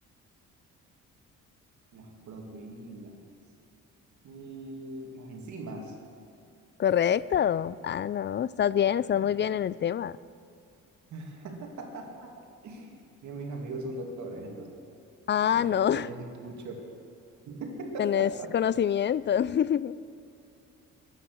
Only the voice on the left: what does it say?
Correcto. Ah, no, estás bien,
estás muy bien en el tema.
Ah, no,
<laughs>
tenés conocimiento. <laughs>